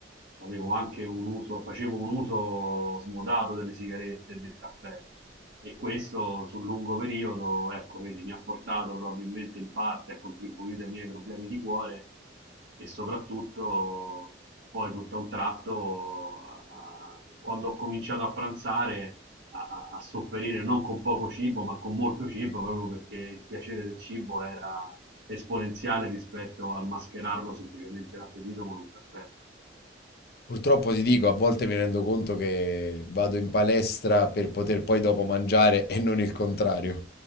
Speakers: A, on the right; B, on the left.
A: avevo anche un uso, facevo un uso smodato delle sigarette e del caffè e questo sul lungo periodo, ecco, vedi, mi ha portato probabilmente in parte a contribuire ai miei problemi di cuore e soprattutto poi tutto a un tratto, a- quando ho cominciato a pranzare, a, a- a sopperire non con poco cibo, ma con molto cibo, proprio perché il piacere del cibo era esponenziale rispetto al mascherarlo semplicemente l'appetito con un caffè.
B: Purtroppo ti dico, a volte mi rendo conto che vado in palestra per poter poi dopo mangiare e non il contrario.